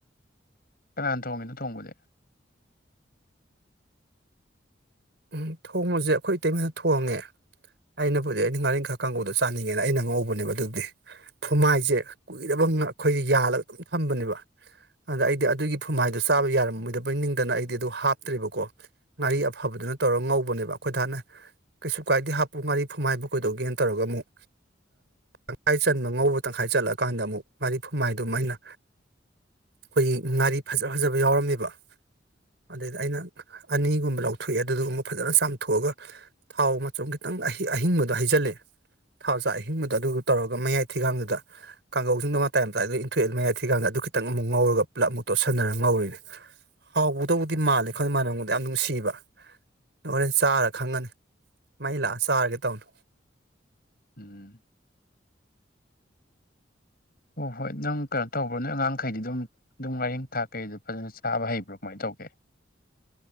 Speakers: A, on the left; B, on the right.
A: ꯀꯅꯥꯅ ꯊꯣꯡꯉꯤꯅꯣ ꯊꯣꯡꯕꯗꯤ
B: ꯎꯝ ꯊꯣꯡꯕꯁꯦ ꯑꯩꯈꯣꯏ ꯏꯇꯩꯃꯗ ꯊꯣꯡꯉꯦ ꯑꯩꯅꯕꯨꯗꯤ ꯑꯩꯅ ꯉꯥꯔꯤ ꯈꯔ ꯀꯥꯡꯕꯨꯗꯣ ꯆꯥꯅꯤꯡꯉꯦꯅ ꯑꯩꯅ ꯑ ꯉꯧꯕꯅꯦꯕ ꯑꯗꯨꯗꯤ ꯐꯨꯃꯥꯏꯁꯦ ꯀꯨꯏꯗꯔꯕ ꯑꯩꯈꯣꯏꯁ ꯌꯥꯜꯂꯒ ꯑꯗꯨꯝ ꯊꯝꯕꯅꯦꯕ ꯑꯗ ꯑꯩꯗꯤ ꯑꯗꯨꯒꯤ ꯐꯨꯝꯃꯥꯏꯗꯣ ꯆꯥꯕ ꯌꯥꯔꯝꯃꯣꯏꯗꯕꯩ ꯅꯤꯡꯗꯅ ꯑꯩꯗꯤ ꯑꯗꯨ ꯍꯥꯞꯇ꯭ꯔꯦꯕꯀꯣ ꯉꯥꯔꯤ ꯑꯐꯕꯗꯨꯅ ꯇꯧꯔꯒ ꯉꯧꯕꯅꯦꯕ ꯑꯩꯈꯣꯏꯗ ꯍꯥꯟꯅ ꯀꯩꯁꯨ ꯀꯥꯏꯗꯦ ꯍꯥꯞꯄꯨ ꯉꯥꯔꯤ ꯐꯨꯍꯥꯏꯕꯨ ꯀꯩꯗꯧꯒꯦꯅ ꯇꯧꯔꯒ ꯑꯃꯨꯛ ꯇꯪꯈꯥꯏ ꯆꯟꯕ ꯉꯧꯕ ꯇꯪꯈꯥꯏ ꯆꯠꯂꯛꯀꯥꯟꯗ ꯑꯃꯨꯛ ꯃꯔꯤꯛ ꯐꯨꯝꯃꯥꯏꯗꯨꯃꯥꯏꯅ ꯑꯩꯈꯣꯏꯒꯤ ꯉꯥꯔꯤ ꯐꯖ ꯐꯖꯕ ꯌꯥꯎꯔꯝꯃꯦꯕ ꯑꯗꯨꯗꯩꯗ ꯑꯩꯅ ꯑꯅꯤꯒꯨꯝꯕ ꯂꯧꯊꯣꯛꯑꯦ ꯑꯗꯨꯗꯨꯒꯨꯝꯕ ꯐꯖꯅ ꯆꯥꯝꯊꯣꯛꯑꯒ ꯊꯥꯎ ꯃꯆꯨꯝ ꯈꯤꯇꯪ ꯑꯍꯤꯡꯕꯗꯣ ꯍꯖꯜꯂꯦ ꯊꯥꯎ ꯆꯥꯛ ꯑꯍꯤꯡꯕꯗ ꯑꯗꯨꯒ ꯇꯧꯔꯒ ꯃꯌꯥꯏ ꯊꯤꯒꯥꯡꯗꯨꯗ ꯀꯥꯡꯒꯧꯁꯤꯡꯗꯣ ꯃꯇꯥꯏ ꯑꯃꯇꯥꯏꯗꯨꯗ ꯏꯟꯊꯣꯛꯑ ꯃꯌꯥꯏ ꯊꯤꯀꯥꯡꯗ ꯑꯗꯨ ꯈꯤꯇꯪ ꯑꯃꯨꯛ ꯉꯧꯔꯒ ꯄꯨꯂꯞ ꯑꯃꯨꯛ ꯇꯣꯠꯁꯤꯟꯅꯔꯒ ꯉꯧꯔꯤꯅꯤ ꯍꯥꯎꯗꯧꯕꯨꯗꯤ ꯃꯥꯜꯂꯦ ꯈꯪꯗꯦ ꯃꯅꯥꯝꯕꯨꯗꯤ ꯌꯥꯝ ꯑꯗꯨꯝ ꯅꯨꯡꯁꯤꯕ ꯍꯣꯔꯦꯟ ꯆꯥꯔ ꯈꯪꯉꯅꯤ ꯃꯩ ꯂꯥꯛꯑ ꯆꯥꯔꯒꯦ ꯇꯧꯅꯦ
A: ꯎꯝ ꯑꯣ ꯍꯣꯏ ꯅꯪ ꯀꯩꯅꯣ ꯇꯧꯕ꯭ꯔꯣ ꯅꯣꯏ ꯑꯉꯥꯡꯈꯩꯗꯤ ꯑꯗꯨꯝ ꯑꯗꯨꯝ ꯃꯔꯤꯟꯈꯥ ꯀꯩꯗꯣ ꯐꯖꯅ ꯆꯥꯕ ꯍꯩꯕ꯭ꯔꯣ ꯀꯃꯥꯏꯅ ꯇꯧꯒꯦ